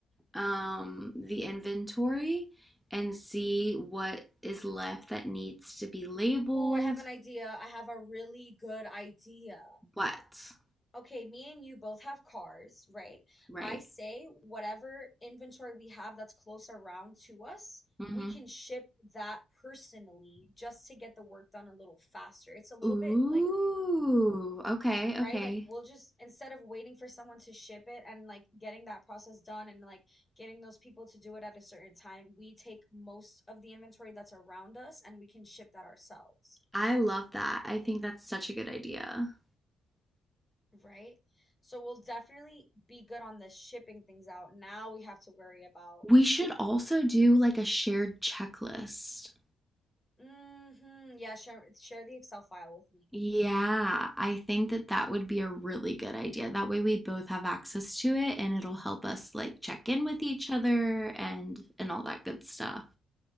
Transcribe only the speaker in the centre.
um, the inventory and see what is left that needs to be labeled
what?
Right.
Mm-hmm.
Ooh,
okay,
okay.
I love that. I think that's such a good idea.
We should also do like a shared checklist.
Yeah, I think that that would be a really good idea. That way we both have access to it and it'll help us like check in with each other and and all that good stuff.